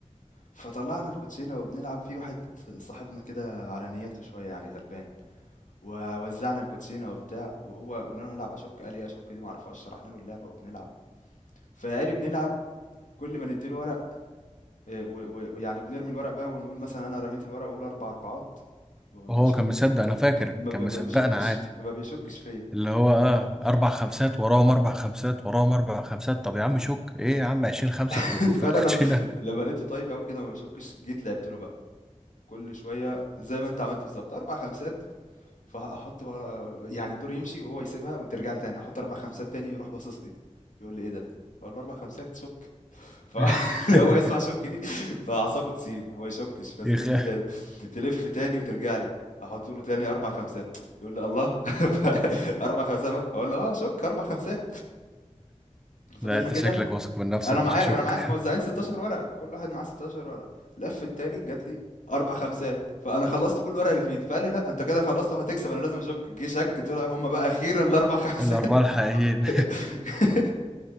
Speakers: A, on the left; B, in the centre.
A: فطلعنا الكوتشينة وبنلعب في واحد صاحبنا كده على نياته شوية يعني غلبان ووزعنا الكوتشينة وبتاع وهو قلنا له هنلعب أشك قال إيه أشك دي معرفهاش شرحنا له اللعبة وبنلعب فقال بنلعب كل ما نديله ورق إيه، و- و- ويعني بنرمي الورق بقى ونقول مثلا أنا رميت الورق وأقول أربع أربعات
B: <laughs>
A: وما
B: وهو
A: بيشك
B: كان مصدق انا فاكر
A: ما ب-
B: كان
A: ما
B: مصدقنا
A: بيشكش
B: عادي
A: ما بيشكش فيا
B: اللي هو اه اربع خمسات وراهم اربع خمسات وراهم اربع خمسات طب يا عم شك ايه يا عم 20 خمسة
A: <laughs>
B: في ال- في
A: فانا
B: الكوتشينة
A: لما لما لقيته طيب قوي كده ما بيشكش جيت لعبت له بقى كل شويه زي ما انت عملت بالظبط اربع خمسات فأحط بقى يعني الدور يمشي وهو يسيبها وترجع لي تاني، أحط 4 خمسات تاني يروح باصص لي، يقول لي: "إيه ده؟" أقول له: "4 خمسات شُك." <laughs> ف
B: <laughs>
A: هو يسمع شُك دي فأعصابه تسيب وما يشُكش، فتلِف
B: يخ...
A: تاني، تلِف تاني وترجع لي، أحط له تاني 4 خمسات، يقول لي: "الله! <laughs> ف 4 خمسات بقى؟" أقول له: "آه شُك 4 خمسات." فضلنا
B: لا انت
A: كده
B: شكلك واثق من نفسك
A: أنا معايا
B: مش هشك
A: أنا معايا موزعين 16 ورقة، كل واحد معاه 16 ورقة، لف التاني جات لي 4 خمسات، فأنا خلصت كل الورق اللي في إيدي، فقال لي لأ أنت كده خلصت وهتكسب أنا لازم أشك، جه شك طلع هُم بقى أخيرًا ال4 خمسات
B: الاربعة الحقيقيين
A: <laughs>